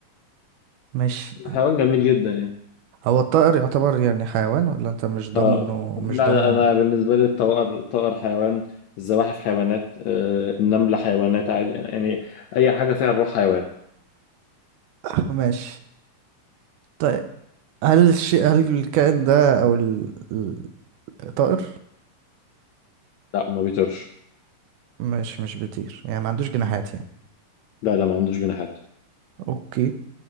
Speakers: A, on the right (about 75°); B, on the left (about 75°).
A: ماشي
B: حيوان جميل جدا يعني
A: هو الطائر يعتبر يعني حيوان ولا انت مش ضمنه
B: اه لا
A: مش ضمنه
B: لا أنا بالنسبة لي الطائر الطائر حيوان الزواحف حيوانات آه النملة حيوانات عادي يعني أي حاجة فيها الروح حيوان
A: <laughs> ماشي طيب هل الشيء هل الكائن ده او ال- ال- الطائر
B: لا ما بيطيرش
A: مش مش بيطير يعني ما عندوش جناحات يعني
B: لا لا ما عندوش جناحات
A: اوكي